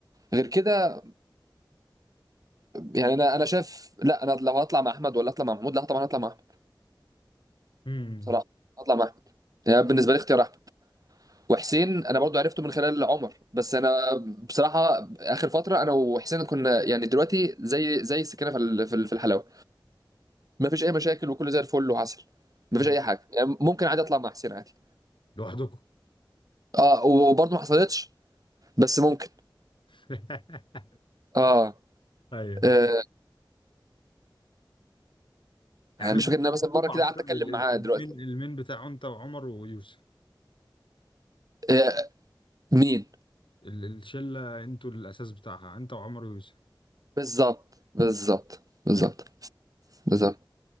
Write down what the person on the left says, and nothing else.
إمم، إمم.
إمم.
لوحدكم
<laughs>
ايوه
يعني
أنتوا
اعتقد
ال- ال-
المين
المين بتاعه انت وعمر ويوسف
ال- الشله انتوا الاساس بتاعها انت وعمر ويوسف
ايوه